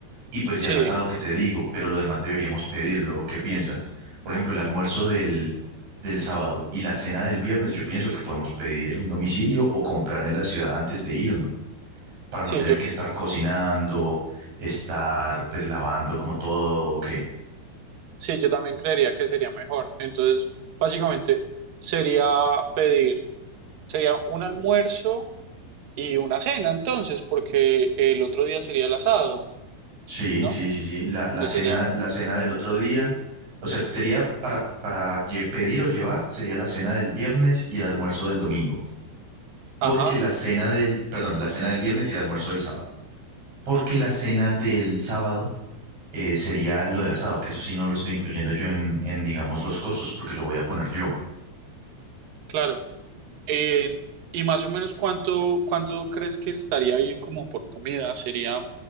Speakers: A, on the right; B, on the right.
A: Y pues ya
B: sí,
A: el asado que te digo, pero lo demás deberíamos pedirlo. ¿o ¿Qué piensas? Por ejemplo, el almuerzo del, del sábado y la cena del viernes, yo pienso que podemos pedir un domicilio o comprar en la ciudad antes de irnos, para no
B: sí,
A: tener
B: yo,
A: que estar cocinando, estar pues lavando como todo, ¿o qué?
B: sí, yo también creería que sería mejor. Entonces, básicamente sería pedir, sería un almuerzo Y una cena entonces, porque el otro día sería el asado,
A: Sí,
B: ¿no?
A: sí, sí, sí. La, la
B: Entonces
A: cena,
B: sería,
A: la cena del otro día, o sea, sería para, para lle- pedir o llevar, sería la cena del viernes y el almuerzo del domingo. Porque
B: ajá,
A: la cena del, perdón, la cena del viernes y el almuerzo del sábado. Porque
B: ujú,
A: la cena del sábado eh, sería lo del asado, que eso sí no lo estoy incluyendo yo en, en, digamos, los costos, porque lo voy a poner yo.
B: claro. Eh, y más o menos cuánto, cuánto crees que estaría bien como por comida, sería